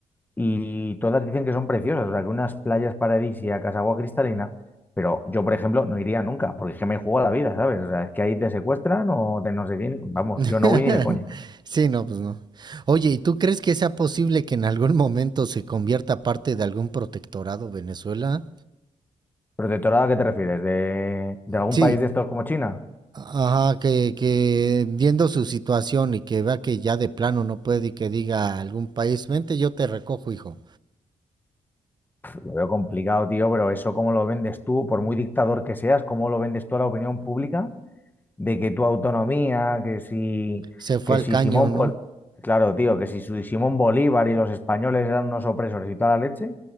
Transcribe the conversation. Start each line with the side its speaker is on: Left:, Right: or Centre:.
Left: y todas dicen que son preciosas, o sea, que unas playas paradisíacas, agua cristalina, pero yo, por ejemplo, no iría nunca, porque es que me juego a la vida, ¿sabes? O sea, es que ahí te secuestran o te no sé quién, vamos,
Right: <laughs>
Left: yo no voy ni de coña.
Right: Sí, no, pues no. Oye, ¿y tú crees que sea posible que en algún momento se convierta parte de algún protectorado Venezuela?
Left: ¿Protectorado a qué te refieres? ¿De, de algún
Right: Sí.
Left: país de estos como China?
Right: Ajá, que, que viendo su situación y que vea que ya de plano no puede y que diga a algún país, vente, yo te recojo, hijo.
Left: Pff, Lo veo complicado, tío, pero eso cómo lo vendes tú, por muy dictador que seas, cómo lo vendes tú a la opinión pública de que tu autonomía, que si,
Right: Se fue
Left: que
Right: al
Left: si
Right: caño,
Left: Simón
Right: ¿no?
Left: Bol- claro, tío, que si su- Simón Bolívar y los españoles eran unos opresores y toda la leche,